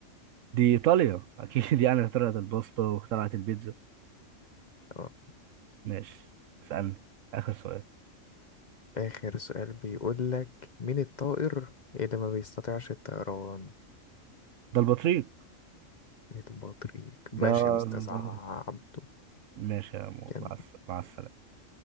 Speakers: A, on the right; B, on the left.
A: دي إيطاليا أكيد <laughs> يعني اخترعت الباستا واخترعت البيتزا
B: آه.
A: ماشي اسألني آخر سؤال
B: آخر سؤال بيقول لك مين الطائر اللي ما بيستطيعش الطيران
A: ده البطريق
B: البطريق ماشي
A: ده,
B: يا أستاذ
A: ده...
B: عبده
A: ماشي يا مو
B: كان
A: مع الس- مع السلامة